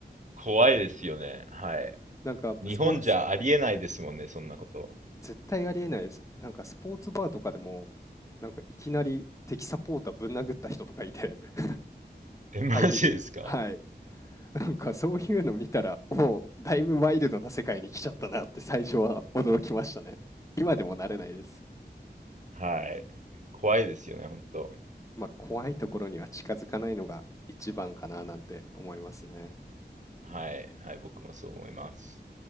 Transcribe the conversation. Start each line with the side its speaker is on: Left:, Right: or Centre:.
Right: 怖いですよね。はい。
Left: <laughs> なんかスポーツ、
Right: 日本じゃありえないですもんね、そんなこと。
Left: 絶対ありえないです。なんかスポーツバーとかでも、なんかいきなり敵サポーターぶん殴った人とかいて、<laughs>
Right: え、マジですか
Left: 相手チはい。なんかそういうの見たら、もうだいぶワイルドな世界に来ちゃったなって最初は驚きましたね。今でも慣れないです。
Right: はい。怖いですよね、本当。
Left: まあ、怖いところには近づかないのが一番かななんて思いますね。
Right: はい。はい、僕もそう思います。